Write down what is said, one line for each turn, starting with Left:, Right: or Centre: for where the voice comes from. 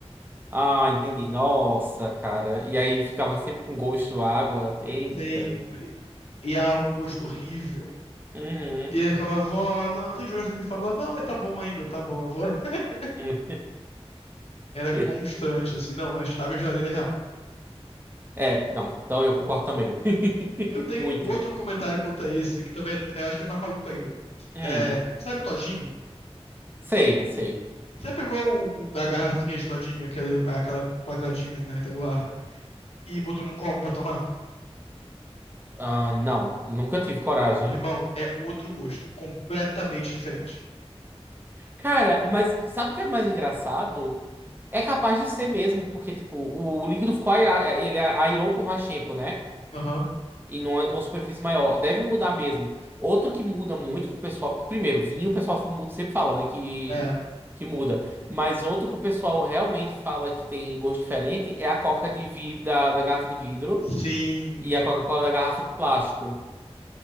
Right: Ah, entendi. Nossa, cara. E aí ficava sempre com gosto à água. Eita.
Left: Sempre. E algo com gosto horrível.
Right: Uhum.
Left: E eu ficava, avó, não, tem que jogar isso aqui fora. Ela, não, mas tá bom ainda, tá bom, avó. <laughs>
Right: Hum.
Left: Era
Right: <laughs>
Left: constante, assim, não, mas água de geladeira é real.
Right: É, não. Então eu concordo também. <laughs>
Left: Eu tenho
Right: Muito.
Left: um outro comentário quanto a esse, que também é, eu acho que é mais maluco ainda.
Right: Hum.
Left: É, sabe Todinho?
Right: Sei, sei.
Left: Você pegou o- o- a garrafinha de todinho, aquela, aquela quadradinha na retangular, e botou num copo pra tomar?
Right: Ah, não. Nunca tive coragem.
Left: Irmão, é outro gosto. Completamente diferente.
Right: Cara, mas sabe o que é mais engraçado? É capaz de ser mesmo, porque, tipo, o líquido ficou aira- ele é airou por mais tempo, né?
Left: Aham.
Right: E numa, numa superfície maior. Deve mudar mesmo. Outro que muda muito que o pessoal. Primeiro, vinho o pessoal muda- sempre fala, né? Que,
Left: É.
Right: que muda. Mas outro que o pessoal realmente fala que tem gosto diferente é a coca de vidro da, da garrafa de vidro
Left: Sim.
Right: e a Coca-Cola da garrafa de plástico.